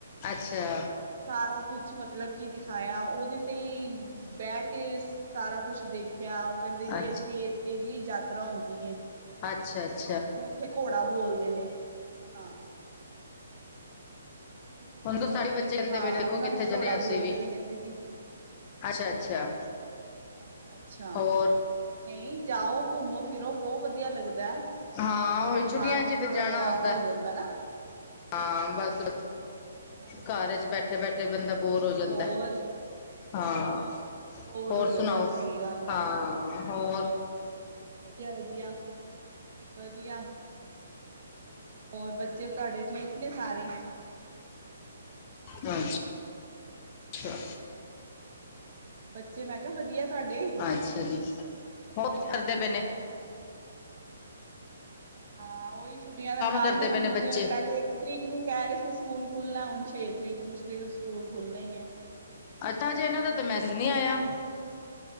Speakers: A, on the left; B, on the right.
A: ਅੱਛਾ।
B: ਸਾਰਾ ਕੁਛ ਮਤਲਬ ਕੀ ਦਿਖਾਇਆ ਉਹਦੇ ਤੇ ਹੀ ਬਹਿ ਕੇ ਸਾਰਾ ਕੁਛ ਦੇਖਿਆ ਉਹ ਕਹਿੰਦੇ ਵੀ
A: ਅੱਛਾ
B: ਇੱਥੇ ਇਹਦੀ ਹੀ ਯਾਤਰਾ ਹੁੰਦੀ ਏ।
A: ਅੱਛਾ-ਅੱਛ
B: ਉਹਨੂੰ ਉੱਥੇ ਘੋੜਾ ਬੋਲਦੇ ਨੇ, ਹਾਂ। ਉਹਨੂੰ ਉਹਨੂੰ
A: ਹੁਣ ਤਾਂ ਸਾਰੇ
B: ਅਸੀਂ
A: ਬੱਚੇ ਕਹਿੰਦੇ
B: ਹਾਂ
A: ਪਏ ਦੇਖੋ
B: ਉਹਨਾਂ
A: ਕਿੱਥੇ
B: ਨੂੰ
A: ਜਾਣੇੇ
B: ਘੋੜਾ
A: ਹ ਅਸੀਂ
B: ਬੋਲਦੇ
A: ਵੀ।
B: ਨੇ ਕਹਿੰਦੇ ਜੀ
A: ਅੱਛਾ ਅੱਛਾ
B: ਅੱਛਾ ਅੱਛਾ
A: ਹੋਰ
B: ਨਹੀਂ ਜਾਓ ਘੁੰਮੋ ਫਿਰੋ ਬਹੁਤ ਵਧੀਆ ਲੱਗ ਦਾ
A: ਹਾਂ
B: ਵੀ
A: ਉਹ
B: ਦਿਮਾਗ
A: ਛੁੱਟੀਆਂ ਚ
B: ਵੀ
A: ਤੇ
B: ਥੋੜਾ
A: ਜਾਣਾ
B: ਜਿਹਾ
A: ਹੁੰਦਾ
B: ਹੋ ਜਾਂਦਾ ਨਾ
A: ਹਾਂ ਬਸ
B: ਹਾਂਜੀ
A: ਘਰ
B: ਹਾਂਜੀ
A: ਚ ਬੈਠੇ ਬੈਠੇ ਬੰਦਾ ਬੋਰ ਹੋ ਜਾਂਦਾ
B: ਹੋਰ
A: ਹਾਂ
B: ਬੋਰ
A: ਹੋਰ
B: ਹੋ ਜਾਂਦਾ
A: ਸੁਣਾਓ
B: ਸਹੀ ਗੱਲ
A: ਹਾਂ
B: ਆ
A: ਹੋਰ
B: ਵਧੀਆ ਵਧੀਆ ਵਧੀਆ ਹੋਰ ਬੱਚੇ ਤੁਹਾਡੇ ਠੀਕ ਨੇ ਸਾਰੇ
A: ਅੱਛ ਅੱਛਾ
B: ਬੱਚੇ ਮੈਂ ਕਿਹਾ ਵਧੀਆ ਤੁਹਾਡੇ
A: ਅੱਛਾ ਜੀ ਹੋਰ ਕੀ ਕਰਦੇ ਪਏ ਨੇ
B: ਹਾਂ ਉਹੀ ਛੁੱਟੀਆਂ ਦਾ ਕੰਮ
A: ਕਰਦੇ
B: ਹੁਣ
A: ਪਏ ਨੇ ਬੱਚੇ
B: ਪਹਿਲੇ ਇੱਕ ਤਰੀਕ ਨੂੰ ਕਹਿ ਰਹੇ ਸੀ ਸਕੂਲ ਖੁਲਨਾ ਹੁਣ ਛੇ ਨੂੰ ਤਰੀਕ ਸਕੂਲ ਖੁੱਲਣੇ ਨੇ
A: ਅੱਛਾ ਜੇ ਇਹਨਾਂ ਦਾ ਤੇ ਮੈਂ ਸਜ ਨਹੀਂ ਆਇਆ